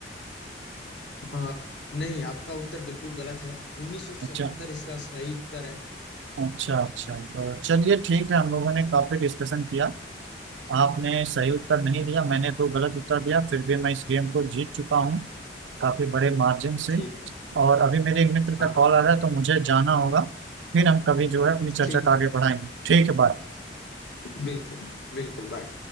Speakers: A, on the left; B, on the right.
A: आ, नहीं आपका उत्तर बिल्कुल गलत है 1977
B: अच्छा
A: इसका सही उत्तर है
B: अच्छा अच्छा तो चलिए ठीक है हम लोगों ने काफी डिस्कशन किया आपने सही उत्तर नहीं दिया मैंने दो गलत उत्तर दिया फिर भी मैं इस गेम को जीत चुका हूँ काफी बड़े मार्जिन से
A: ठीक है
B: और अभी मेरे एक मित्र का
A: हाँ हाँ
B: कॉल आ रहा है तो मुझे जाना होगा फिर हम कभी जो है अपनी चर्चा
A: ठीक
B: को आगे
A: है
B: बढ़ाएंगे ठीक है बाय
A: बिल्कुल बिल्कुल बाय